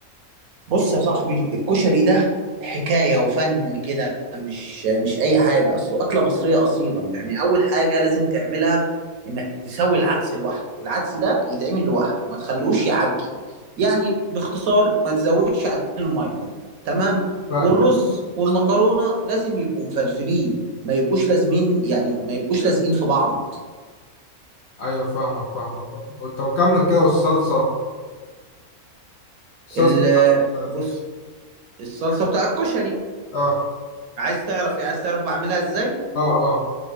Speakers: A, on the right; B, on the left.
A: بص يا صاحبي الكشري ده حكاية وفن كده مش مش أي حاجة أصله أكلة مصرية أصيلة يعني أول حاجة لازم تعملها إنك تسوي العدس لوحده العدس ده يتعمل لوحده ما تخلوش يعجن يعني باختصار ما تزودش عليه المية تمام
B: فاهم
A: والرز والمكرونة لازم يبقوا مفلفلين ما يبقوش لازمين يعني ما يبقوش لازقين في بعض
B: ايوه فاهمك فاهمك طب كمل كده والصلصه الصلصه
A: ال-
B: بتاعت ال-
A: بص الصلصة بتاع الكشري
B: اه
A: عايز تعرف إيه؟ عايز تعرف بعملها إزاي
B: اه اه